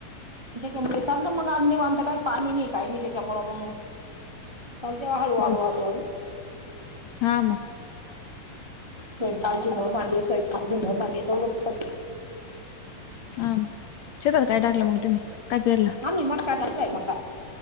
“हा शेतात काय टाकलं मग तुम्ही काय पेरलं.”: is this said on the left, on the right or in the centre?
Left